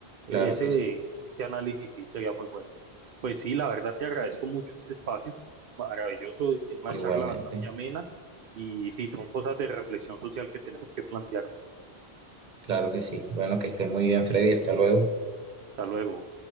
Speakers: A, on the right; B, on the right.
A: ese,
B: Claro que sí,
A: ese análisis sí sería muy bueno. Pues sí, la verdad te agradezco mucho este espacio, maravilloso, es una
B: igualmente,
A: charla bastante amena y sí, son cosas de reflexión social que tenemos que plantearnos.
B: claro que sí. Bueno, que estés muy bien, Freddy, hasta luego.
A: Hasta luego.